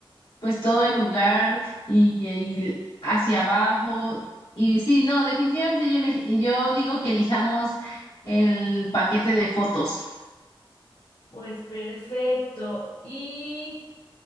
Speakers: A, on the left; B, on the left.
A: pues todo el lugar y, y hacia abajo. Y sí, no, definitivamente yo, elegi- yo digo que elijamos el paquete de fotos.
B: Pues perfecto. Y